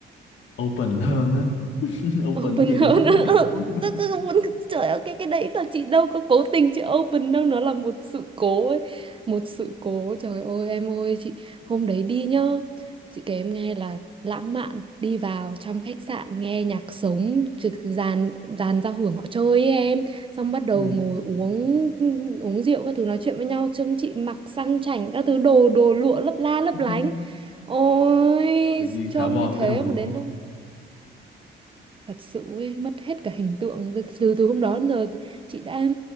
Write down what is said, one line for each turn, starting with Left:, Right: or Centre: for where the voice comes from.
Left: open hơn á <laughs> open
Right: open
Left: gì
Right: hơn
Left: thì không
Right: <laughs>
Left: biết <laughs>
Right: Ừ, tức là muốn trời ơi cái cái đấy là chị đâu có cố tình chị open đâu nó là một sự cố ấy một sự cố trời ơi em ơi chị hôm đấy đi nhá chị kể em nghe là lãng mạn đi vào trong khách sạn nghe nhạc sống trực dàn dàn giao hưởng họ chơi ấy em xong bắt đầu
Left: ừ.
Right: ngồi uống uống rượu các thứ nói chuyện với nhau trông chị mặc sang chảnh các thứ đồ đồ lụa lấp la lấp
Left: <laughs>
Right: lánh ôi
Left: tự nhiên
Right: trông
Left: thả bom
Right: như thế
Left: cái đùng
Right: mà đến lúc thật sự ấy, mất hết cả hình tượng từ từ hôm đó đến giờ thì chị đã